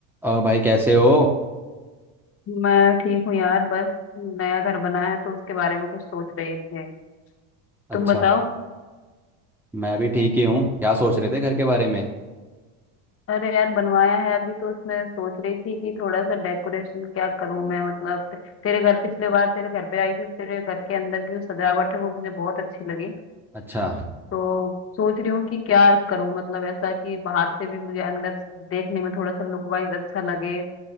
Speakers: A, in the centre; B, on the left.
A: और भाई कैसे हो
B: मैं ठीक हूँ यार बस नया घर बना है तो उसके बारे में कुछ सोच रही थी
A: अच्छा
B: तुम बताओ
A: मैं भी ठीक ही हूँ क्या सोच रहे थे घर के बारे में
B: अरे यार बनवाया है अभी तो उसमें सोच रही थी कि थोड़ा सा डेकोरेशन क्या करूं मैं मतलब ते, तेरे घर पिछले बार तेरे घर पे आई थी तेरे घर के अंदर की जो सजावट है वो मुझे बहुत अच्छी लगी
A: अच्छा
B: तो सोच रही हूँ कि क्या करूं मतलब ऐसा कि बाहर से भी मुझे अंदर देखने में थोड़ा सा लुक वाइज अच्छा लगे